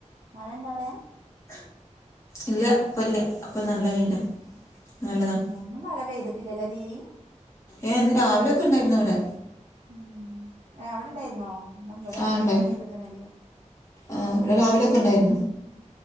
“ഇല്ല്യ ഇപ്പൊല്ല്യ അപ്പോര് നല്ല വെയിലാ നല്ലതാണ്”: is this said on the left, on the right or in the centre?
Left